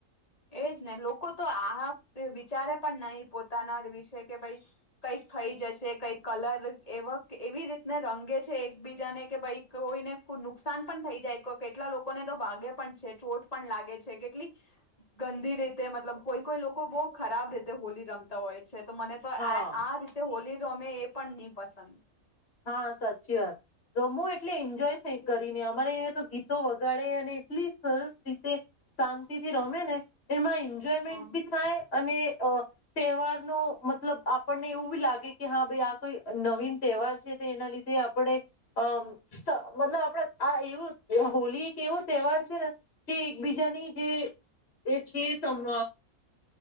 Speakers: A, on the left; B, on the left.
A: એજ ને લોકો તો આ વિચારે પણ નહી પોતાના વિશે કે ભાઈ, કઈક થઈ જશે કઈક કલર એવા એવી રીતને રંગે છે એકબીજાને કે ભાઈ કોઈને નુકસાન પણ થઈ જાય કેટલા લોકોને તો વાગે પણ છે ચોટ પણ લાગે છે કેટલી. ગંદી રીતે મતલબ કોઈ કોઈ લોકો બહુ ખરાબ રીતે હોલી રમતા હોય. છે તો મને તો
B: હા
A: આ આ રીતે હોલી રમે એ પણ નહી પસંદ.
B: હા સાચી વાત રમો એ એટલે એન્જોય થઈ કરીને અમારે ગીતો વગાડે અને એટલી સરસ રીતે શાંતિથી, રમે ને, એમાં એન્જોયમેન્ટ
A: હા
B: બી થાય. અને તહેવાર નો મતલબ આપણને એવું બી લાગે કે હા ભાઈ આ કોઈ નવીન તહેવાર એના લીધે આપણે, અમ મતલબ આપણા આ એવો હોલી એક એવો તહેવાર છે ને, કે એકબીજાની જે એ છેમ